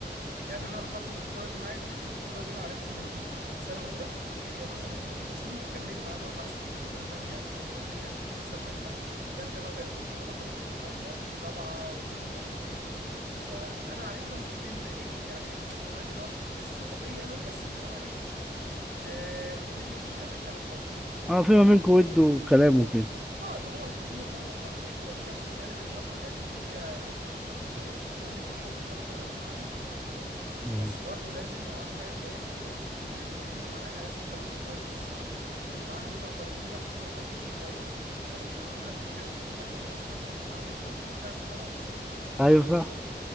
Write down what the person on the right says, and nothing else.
يعني أنا اخترت الدكتورة اللي معايا دي لأن الدكتورة دي أنا عارفها من من سنة أولى وهي مثلا بتدرسني وكملت معايا الأربع سنين يعني سنة تانية ادتني كانت لسه معيدة تالتة بقى بقت دكتورة فادتني مادة رابعة ادتني مادتين فأنا عارفها وفي بينا إيه يعني عارف اللي هو ص- مش صحوبية قوي بس اللي هو إيه آه الدنيا ماشيه بينا بالحب
اه اللي هو تديني الدرجه بتاعتي كده كده اذا كانت بتداني في المواد بتاعتها اللي هي بتاعت الكليه مش بتداني في مشروع التخرج اللي انا داخله معاها
بس برضه لازم اعمل حاجه كويسه عشان اللي هيقيموا معاها لازم يقيموني كويس لان اللي معاها دول لو قيموني وحش وهي قيمتني كويس هيقولوا لها انت كده انت بتقيمي الناس كويس عشان انت تعلي التقييم بتاعك وخلاص